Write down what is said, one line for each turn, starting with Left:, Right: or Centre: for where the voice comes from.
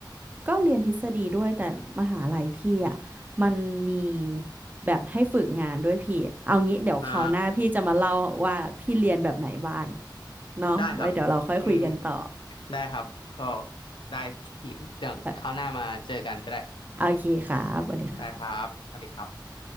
Right: ก็เรียนทฤษฎีด้วยแต่มหาลัยพี่อ่ะมันมีแบบให้ฝึกงานด้วยพี่เอางี้เดี๋ยวคราวหน้าพี่จะมาเล่าว่าพี่เรียนแบบไหนบ้าง
Left: อ่า
Right: เนาะไว้เดี๋ยวเราค่อยคุยกันต่อ
Left: ได้ครับอืมได้ครับก็ได้พี่เดี๋ยวคราวหน้ามาเจอกันก็ได้
Right: เออโอเคครับสวัสดีครับ
Left: ได้ครับสวัสดีครับ